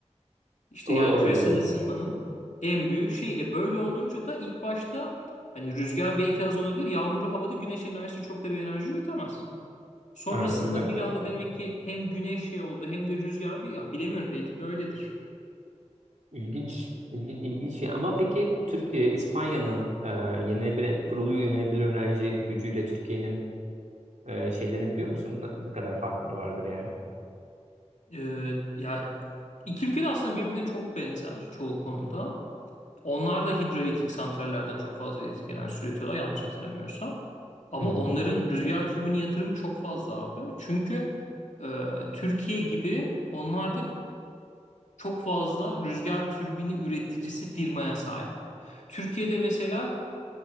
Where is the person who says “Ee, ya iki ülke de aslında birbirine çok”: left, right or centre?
Left